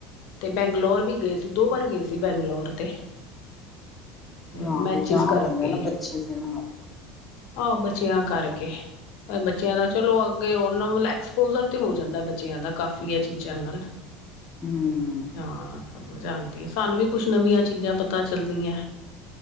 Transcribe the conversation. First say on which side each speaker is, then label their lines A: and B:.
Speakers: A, on the left; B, on the left.
A: ਤੇ ਬੈਂਗਲੌਰ ਵੀ ਗਏ ਸੀ ਦੋ ਵਾਰ ਗਏ ਸੀ ਬੈਂਗਲੋੌਰ ਤੇ ਮੈਚਿਸ
B: ਹਾਂ ਫਿਰ ਜਾਣਾ
A: ਕਰਕੇ
B: ਪੈਂਦਾ ਨਾ ਬੱਚੇ ਦੇ ਨਾਲ
A: ਆਹ ਬਚਿਆਂ ਕਰਕੇ ਬੱਚਿਆਂ ਦਾ ਚਲੋ, ਅੱਗੇ ਉਹਨਾਂ ਮਤਲਬ ਐਕਸਪੋਜਰ ਤੇ ਹੋ ਜਾਂਦਾ ਬੱਚਿਆਂ ਦਾ ਕਾਫੀ ਇਹ ਚੀਜ਼ਾਂ ਨਾਲ
B: ਹੂੰ
A: ਜਾ ਸਮਜ਼ ਆਂਦੀ, ਸਾਨੂੰ ਵੀ ਕੁਛ ਨਵੀਆਂ ਚੀਜ਼ਾਂ ਪਤਾ ਚੱਲਦੀਆਂ।